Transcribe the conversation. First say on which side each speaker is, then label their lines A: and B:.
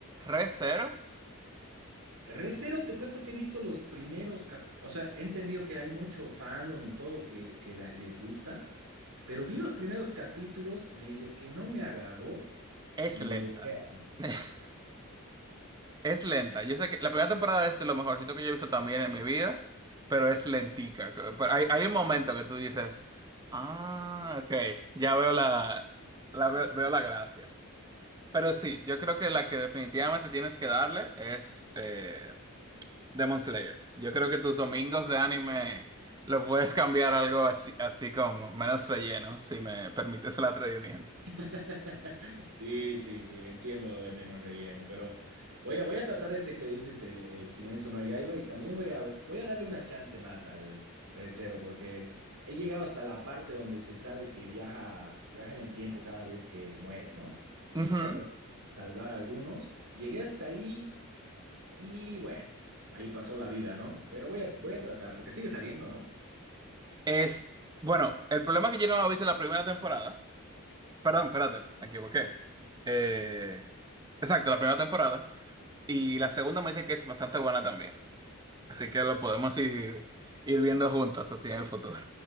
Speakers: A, on the right; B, on the right.
A: Re:Zero
B: Re:Zero, te cuento que he visto los primeros, cap- o sea, he entendido que hay mucho fandom y todo que, que la- les gusta, pero vi los primeros capítulos, medio que no me agarró
A: es
B: y
A: lenta.
B: lo dejé ahí.
A: <laughs> Es lenta. Yo sé que la primera temporada es de este, lo mejorcito que yo he visto también en mi vida, pero es lentica. Pero hay, hay un momento que tú dices, ah, ok, ya veo la, la veo veo la gracia. Pero sí, yo creo que la que definitivamente tienes que darle es eh, Demon Slayer. Yo creo que tus domingos de anime lo puedes cambiar algo así, así como menos relleno, si me permites el atrevimiento.
B: <laughs> Sí, sí, sí, entiendo lo de menos relleno, pero voy a, voy a tratar ese que dices, el, el Kimetsu no Yaiba, y también voy a, voy a darle una chance más al Re:Zero, porque he llegado hasta la parte donde se sabe que viaja, viaja en el tiempo cada vez que muere, ¿no? Y
A: Ujú.
B: está tratando de salvar a algunos. Llegué hasta ahí y bueno, ahí pasó la vida, ¿no? Pero voy a, voy a tratar, porque sigue saliendo, ¿no?
A: Es, bueno, el problema es que yo no había visto la primera temporada. Perdón, espérate, me equivoqué. Eh, exacto, la primera temporada. Y la segunda me dicen que es bastante buena también. Así que lo podemos ir, ir viendo juntos así en el futuro.